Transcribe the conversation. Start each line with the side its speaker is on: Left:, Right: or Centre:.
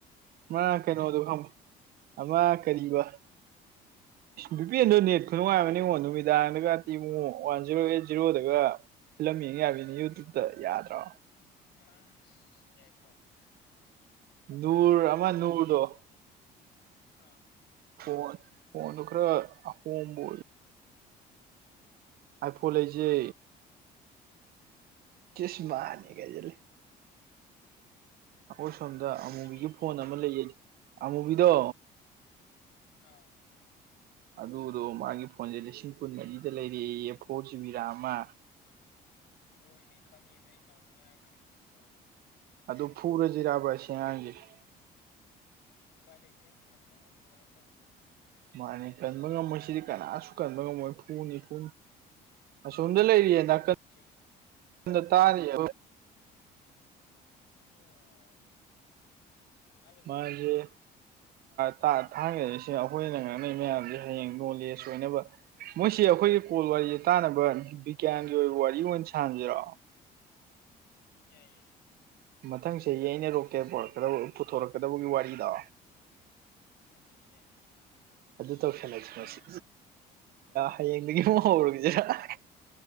Right: ꯑꯃ ꯀꯩꯅꯣꯗꯣ ꯈꯪꯉ ꯑꯃ ꯀꯔꯤꯕ
Left: <inaudible>
Right: ꯕꯤꯄꯦꯟꯗꯣ ꯅꯦꯠ ꯈꯨꯅꯨꯡꯉꯥꯏꯕ ꯏꯡꯉꯣ ꯅꯨꯃꯤꯗꯥꯡꯗꯒ ꯇꯤꯕꯨꯡꯉꯣ ꯋꯥꯟ ꯖꯤꯔꯣ ꯑꯩꯠ ꯖꯤꯔꯣꯗꯒ ꯐꯤꯂꯝ ꯌꯦꯡꯉ ꯌꯥꯕꯅꯤ ꯌꯨꯇꯨꯕꯇ ꯌꯥꯗ꯭ꯔꯣ
Left: ꯌꯥ ꯌꯥꯏꯀꯣ ꯑꯩꯈꯣꯏꯗꯤ
Right: ꯅꯨꯔ
Left: ꯁꯨꯡꯍ ꯌꯥꯗꯦꯕ
Right: ꯑꯃ ꯅꯨꯔꯗꯣ
Left: ꯑꯩꯈꯣꯏ ꯐꯣꯟꯗ ꯑꯥꯎ
Right: ꯐꯣꯟ ꯐꯣꯟꯗꯨ ꯈꯔ ꯑꯍꯣꯡꯕ ꯑꯥꯏꯐꯣꯟ ꯂꯩꯁꯦ
Left: ꯃꯥꯅꯤ ꯂꯩꯁꯤ
Right: ꯀꯤꯁꯃ
Left: ꯂꯩꯁꯤ
Right: ꯑꯅꯤ ꯀꯩꯖꯦ ꯑꯩꯈꯣꯏ ꯁꯣꯝꯗ
Left: ꯃꯥꯅꯦꯃꯤ
Right: ꯑꯃꯨꯕꯤꯒꯤ ꯐꯣꯟ ꯑꯃ ꯂꯩꯌꯦ ꯑꯃꯨꯕꯤꯗꯣ
Left: ꯑꯥ
Right: ꯑꯗꯨꯗꯣ ꯃꯥꯒꯤ ꯐꯣꯟꯁꯦ ꯂꯤꯁꯤꯡ ꯀꯨꯟꯃꯔꯤꯗ ꯂꯩꯔꯛꯌꯦ ꯐꯣꯔ ꯖꯤꯕꯤ ꯔꯥꯝ ꯑꯃ
Left: ꯍꯣꯏ ꯏꯃꯦ ꯈꯪꯉꯦꯃꯦ ꯑꯩ ꯅꯥꯎꯕꯤꯅ ꯍꯥꯏꯔꯛꯈ꯭ꯔꯦ ꯃꯕꯗꯣ
Right: ꯑꯗꯨ ꯐꯨꯔꯖꯤꯔꯥꯕꯥꯁꯉꯥꯡꯁ
Left: ꯎꯄꯥꯏ ꯂꯩꯇꯦ ꯀꯟꯕ ꯉꯝꯗꯕ ꯍꯥꯏꯇꯥꯔꯦ ꯃꯅꯤ
Right: ꯃꯥꯅꯤ ꯀꯟꯕ ꯉꯝꯃꯣꯏ ꯁꯤꯗꯤ ꯀꯅꯥꯁꯨ ꯀꯟꯕ ꯉꯝꯃꯣꯏ ꯊꯨꯅꯤ ꯊꯨꯅꯤ ꯑꯁꯣꯝꯗ ꯂꯩꯔꯤꯌꯦ
Left: ꯃꯥ ꯎꯄꯥꯏ
Right: ꯅꯥꯀꯟ
Left: ꯂꯩꯇꯦ ꯆꯍꯤ
Right: ꯅꯥꯗ ꯇꯥꯔꯤꯌꯦ
Left: ꯑꯣ ꯇꯥꯍꯜꯂꯨ
Right: ꯃꯥꯖꯦ
Left: ꯇꯥꯍꯜꯂꯨ
Right: ꯊꯥꯡꯒꯗꯔꯤꯁꯦ ꯑꯩꯈꯣꯏꯅ ꯉꯥꯡꯅꯩ ꯃꯌꯥꯝꯁꯦ ꯍꯌꯦꯡ ꯅꯣꯂꯦꯖ ꯑꯣꯏꯅꯕ ꯃꯣꯏꯁꯤ ꯑꯩꯈꯣꯏꯒꯤ ꯀꯣꯜ ꯋꯥꯔꯤꯁ ꯇꯥꯅꯕ ꯕꯤꯒ꯭ꯌꯥꯟꯒꯤ ꯑꯣꯏꯕ ꯋꯥꯔꯤ ꯑꯣꯏꯅ ꯁꯥꯥꯟꯁꯤꯔꯣ
Left: ꯌꯥꯏ ꯌꯥꯏ
Right: ꯃꯊꯪ ꯆꯍꯤ ꯑꯩꯅ ꯔꯣꯛꯀꯦꯠ ꯄꯨꯊꯣꯔꯛꯀꯗꯕꯒꯤ ꯋꯥꯔꯤꯗꯣ
Left: ꯑꯗꯨ ꯌꯥꯏ
Right: ꯑꯗꯨ ꯇꯧꯁꯜꯂꯁꯤ
Left: ꯍꯌꯦꯡꯗꯤ ꯇꯧꯔꯛꯑꯒ
Right: ꯃꯁꯤ
Left: ꯌꯦꯉꯣ
Right: ꯍꯌꯦꯡꯗꯒꯤ
Left: ꯃꯊꯪ
Right: ꯑꯃꯨꯛ ꯍꯧꯔꯒꯁꯤꯔ
Left: ꯑꯗꯤ ꯄꯨꯊꯣꯔꯛꯄꯒꯤ